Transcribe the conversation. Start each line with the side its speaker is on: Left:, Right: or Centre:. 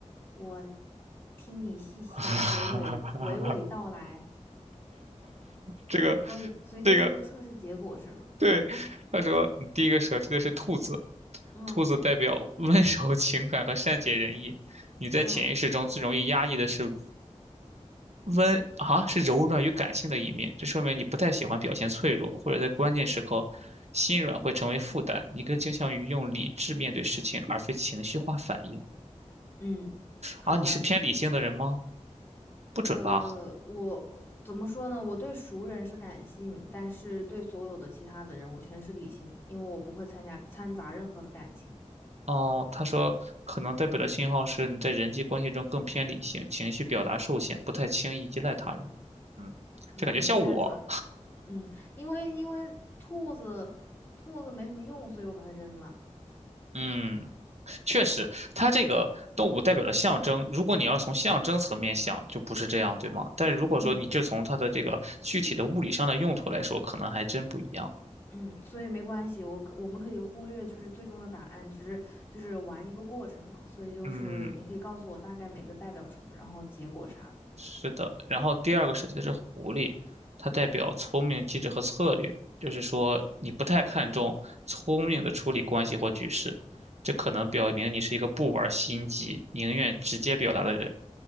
Left: 我听你细细娓娓娓娓道来，
Right: <laughs> 这个，
Left: 所以所以这是个测试结果是吗？
Right: 这个，对，他说你第一个舍弃的是兔子，
Left: 嗯
Right: 兔子代表温 <laughs> 柔、情感和善解人意。你在潜意识中最容易压抑的是
Left: 嗯
Right: 温啊是柔软与感性的一面，这说明你不太喜欢表现脆弱，或者在关键时刻心软会成为负担。你更倾向于用理智面对事情，而非情绪化反应。
Left: 嗯，好的。
Right: 啊，你是偏理性的人吗？不准吧？
Left: 呃，我怎么说呢？我对熟人是感性，但是对所有的其他的人，我全是理性，因为我不会参加掺杂任何的感情。
Right: 哦，他说可能代表的信号是你在人际关系中更偏理性，情绪表达受限，不太轻易依赖他人。嗯，
Left: 嗯，
Right: 这感觉像我。
Left: 不太准。嗯，因为因为兔子兔子没什么用，所以我把它扔了。
Right: 嗯。确实，它这个动物代表了象征。如果你要从象征层面想，就不是这样，对吗？但如果说你就从它的这个具体的物理上的用途来说，
Left: 嗯
Right: 可能还真不一样。
Left: 嗯，所以没关系，我可我们可以忽略就是最终的答案，只是就是玩一个过程嘛。所以就是你可以告诉我大概每个代表什么，
Right: 嗯，
Left: 然后结果啥的。
Right: 是的。然后第二个设计的是狐狸，它代表聪明、机智和策略，就是说你不太看重聪明的处理关系或局势，这可能表明你是一个不玩心机、宁愿直接表达的人。